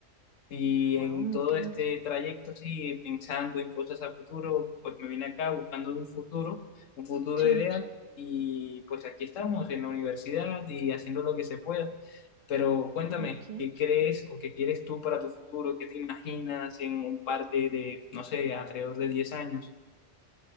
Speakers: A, on the left (about 80°); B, on the right (about 55°).
A: Y
B: wow,
A: en
B: me
A: todo
B: encanta.
A: este trayecto, sí, pensando en cosas a futuro, pues me vine acá buscando un futuro, un futuro
B: Sí,
A: ideal, y pues aquí estamos en la universidad y haciendo lo que se pueda. Pero cuéntame,
B: ok.
A: ¿qué crees o qué quieres tú para tu futuro? ¿Qué te imaginas en un par de, de, no sé, alrededor de 10 años?